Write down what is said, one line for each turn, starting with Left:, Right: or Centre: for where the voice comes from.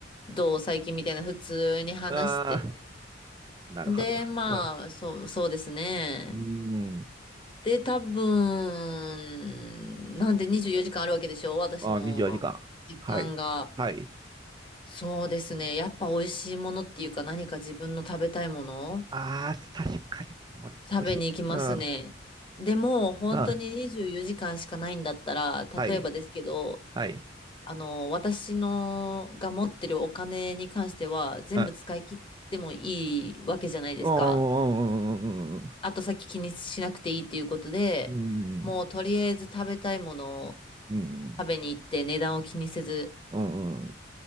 Left: どう最近みたいな普通に話して。
Right: あなるほど。
Left: で、まあ、
Right: うん
Left: そう、そうですね。
Right: うーん。
Left: で、多分、なんで24時間あるわけでしょ私の時間が。
Right: あ、24時間。はい。はい。
Left: そうですね。やっぱ美味しいものっていうか何か自分の食べたいもの
Right: ああ、確かに気持ち美味しい。
Left: 食べに行きますね。
Right: うん。
Left: でも、本当に24時間しかないんだったら、
Right: うん。はい。
Left: 例えばですけど、
Right: はい。
Left: あの、私のが持ってるお金に関しては、全部使い切ってもいいわけじゃないですか。
Right: うん。うんうんうんうんうんう
Left: 後先気にしなくていいっていうことで、
Right: ん。
Left: もうとりあえず食べたいものを
Right: うん
Left: 食べに行って値段を気にせず、
Right: うん